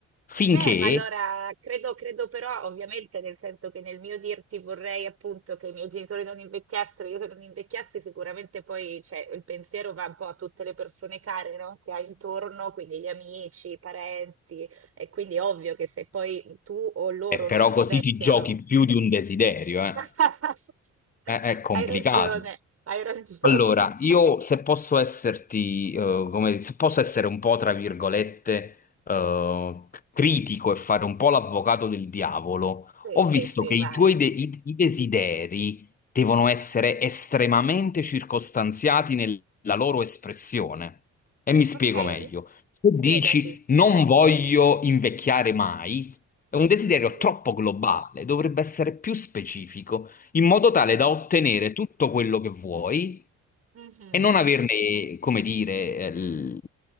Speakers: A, on the left; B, on the right.
A: Finché
B: Eh, ma allora credo, credo però, ovviamente, nel senso che nel mio dirti vorrei appunto che i miei genitori non invecchiassero, io che non invecchiassi, sicuramente poi cioè, il pensiero va un po' a tutte le persone care, no? Che hai intorno, quindi gli amici, i parenti, e quindi è ovvio che se poi tu o loro
A: Eh, però
B: non invecchiano,
A: così ti giochi più di un desiderio, eh.
B: <laughs>
A: Eh, è complicato.
B: hai ragione, hai ragione.
A: Allora, io
B: <laughs>
A: se posso esserti, eh, come, se posso essere un po', tra virgolette, eh, critico e fare un po' l'avvocato del diavolo,
B: Sì,
A: ho
B: sì,
A: visto
B: sì,
A: che
B: vai.
A: i tuoi de- i- i desideri devono essere estremamente circostanziati nella loro espressione. E mi spiego
B: Ok,
A: meglio. Se
B: spiegati.
A: dici non voglio invecchiare mai, è un desiderio
B: Sì.
A: troppo globale, dovrebbe essere più specifico in modo tale
B: Mm.
A: da ottenere tutto quello che vuoi
B: Mhm.
A: e non averne, come dire, eh, l-